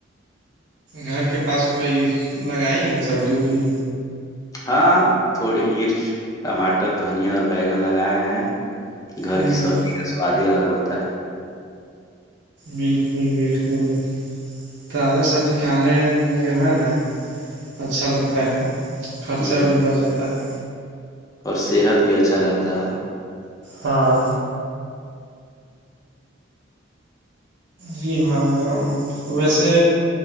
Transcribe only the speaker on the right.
گھر کے پاس کوئی لگائی ہے، سبزی وبزی-
ہوں
بالکل -بالکل تازہ سبزی کھانے میں جو ہے نا اچھا لگتا ہے-
خرچہ
بھی بڑھ جاتا ہے-
ہاں جی ہاں ایک دم ویسے